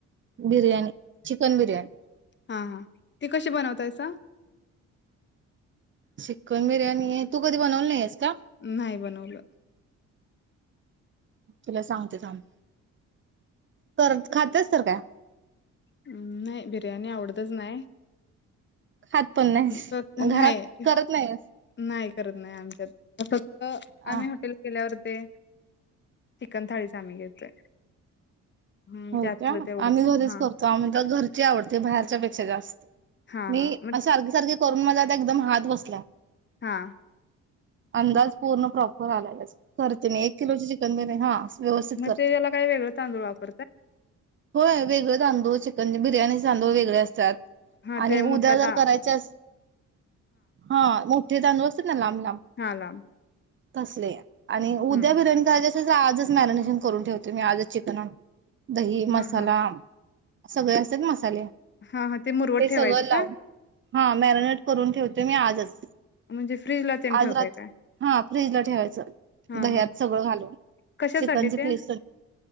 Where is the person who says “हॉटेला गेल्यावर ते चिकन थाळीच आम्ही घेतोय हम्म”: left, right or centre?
Left